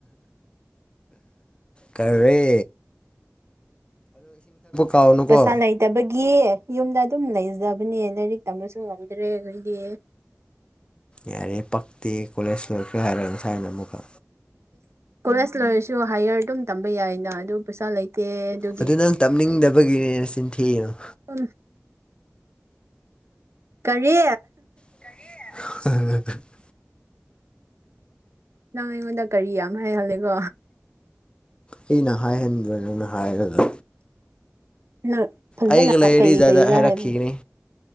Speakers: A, on the left; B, on the right.
A: ꯀꯔꯤ꯫ ꯀꯥꯎꯅꯨꯀꯣ
B: ꯄꯩꯁꯥ ꯂꯩ ꯂꯩꯇꯕꯒꯤ ꯌꯨꯝꯗ ꯑꯗꯨꯝ ꯂꯩꯖꯕꯅꯦ ꯂꯥꯏꯔꯤꯛ ꯇꯝꯕꯁꯨ ꯉꯝꯗ꯭ꯔꯦ ꯑꯩꯈꯣꯏꯗꯤ꯫
A: ꯌꯥꯔꯦ ꯄꯛꯇꯦ ꯀꯣꯂꯦꯖ ꯂꯣꯏꯈ꯭ꯔꯦ ꯍꯥꯏꯔꯒ ꯉꯁꯥꯏꯅ ꯑꯃꯨꯛꯀ꯫
B: ꯀꯣꯂꯦꯖ ꯂꯣꯏꯔꯁꯨ ꯍꯥꯏꯌꯔ ꯑꯗꯨꯝ ꯇꯝꯕ ꯌꯥꯏꯅ ꯑꯗꯨ ꯄꯩꯁꯥ ꯂꯩꯇꯦ꯫ ꯑꯗꯨꯒꯤ
A: ꯑꯗꯨ ꯅꯪ ꯇꯞꯅꯤꯡꯗꯕꯒꯤꯅꯦꯅ ꯆꯤꯟꯊꯤꯒꯅꯨ꯫
B: <inaudible> ꯀꯔꯤ꯫
A: <unintelligible>
B: ꯅꯪ ꯑꯩꯉꯣꯟꯗ ꯀꯔꯤ ꯌꯥꯝ ꯍꯥꯏꯍꯟꯂꯦꯀꯣ꯫
A: ꯑꯩꯅ ꯍꯥꯏꯍꯟꯕꯔꯣ ꯅꯪꯅ ꯍꯥꯏꯔꯒ꫰꫰
B: ꯅꯪ ꯐꯖꯅ
A: ꯑꯩꯒ ꯂꯩꯔꯗꯤ
B: ꯀꯔꯤ
A: ꯖꯥꯠ
B: ꯀꯔꯤꯔꯥ
A: ꯖꯥꯠ ꯍꯥꯏꯔꯛꯈꯤꯒꯅꯤ
B: ꯍꯥꯏꯕꯅꯤ꯫